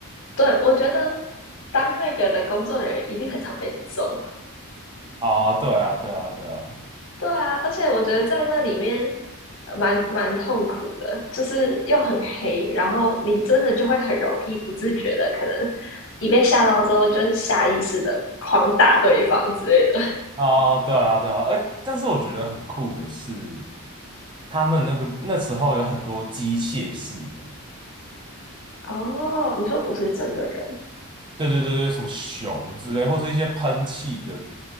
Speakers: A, on the left; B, on the right.
A: 对，我觉得当那个的工作人员一定很常被揍。
B: 哦，对啊，对啊，对啊，
A: <laughs> 对啊，而且我觉得在那里面呃蛮蛮痛苦的，就是又很黑，然后你真的就会很容易不自觉的，可能一被吓到之后，就是下意识的狂打对方之类的。
B: 哦，对啊，对啊，哎，但是我觉得很酷的是，他们那个那时候有很多机械式的，
A: <laughs> 哦，你说不是真的人，
B: 对对对对，什么熊之类，或是一些喷气的，